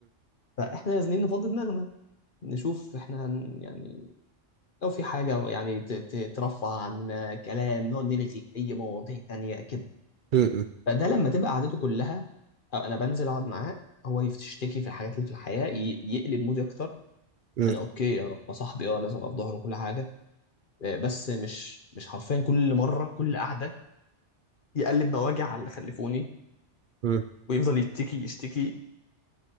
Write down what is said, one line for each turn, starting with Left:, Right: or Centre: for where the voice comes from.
Left: فاحنا نازلين نفضي دماغنا نشوف احنا هن يعني لو في حاجة يعني ت- ت- ترفع عننا كلام نقعد نلغي في أي مواضيع تانية كده
Right: مم. مم.
Left: فده لما تبقى قعدته كلها أو أنا بنزل أقعد معاه هو يشتكي في الحاجات اللي في الحياة ي- يقلب مودي أكتر
Right: مم.
Left: أنا أوكي أنا صاحبي أه لازم أبقى في ظهره كل حاجة آه، بس مش مش حرفيا كل مرة كل قعدة يقلب مواجع على اللي خلفوني
Right: مم.
Left: ويفضل يشتكي يشتكي